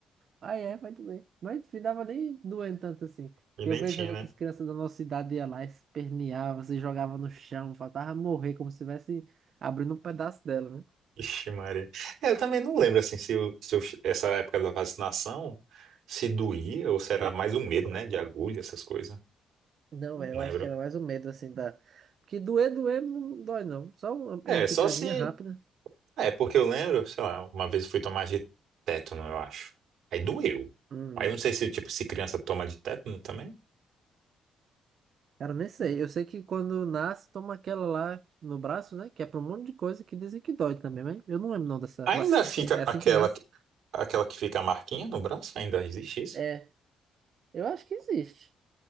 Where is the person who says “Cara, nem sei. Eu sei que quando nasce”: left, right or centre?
Right